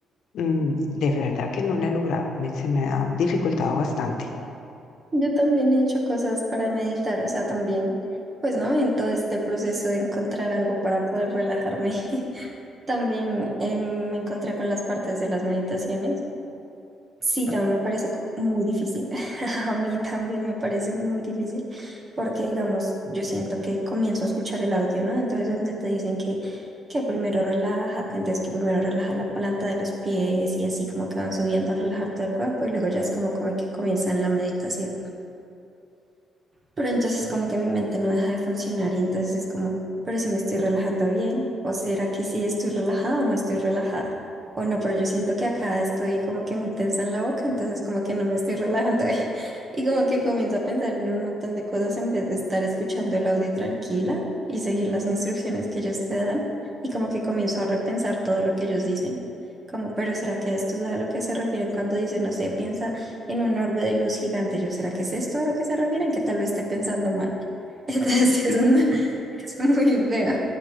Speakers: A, on the left; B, on the right.
A: mm, de verdad que no la he logrado, me- se me ha dificultado bastante.
B: Yo también he hecho cosas para meditar, o sea, también, pues, ¿no? En todo este proceso de encontrar algo para poder relajarme. <laughs> También eh, me encontré con las partes de las meditaciones. Sí, también me parece co- muy difícil. <laughs> A mí también me parece muy difícil porque, digamos, yo siento que comienzo a escuchar el audio, ¿no? Entonces, donde te dicen que, que primero relájate, entonces que primero relaja la planta de los pies y así como que van subiendo a relajar todo el cuerpo y luego ya es como, como que comienzan la meditación. Pero entonces como que mi mente no deja de funcionar y entonces es como, pero si me estoy relajando bien, o será que sí estoy relajada o no estoy relajada, o no, pero yo siento que acá estoy como que muy tensa en la boca, entonces como que no me estoy relajando bien. <laughs> Y como que comienzo a pensar en un montón de cosas en vez de estar escuchando el audio tranquila y seguir las instrucciones que ellos te dan y como que comienzo a repensar todo lo que ellos dicen. Como, pero ¿será que a esto es a lo que se refieren cuando dicen, no sé, piensa en un orbe de luz gigante. Yo, ¿será que es esto a lo que se refieren? Que tal vez esté pensando mal. <laughs> Entonces,
A: Uy,
B: sí,
A: sí.
B: es, una- <laughs> es muy feo.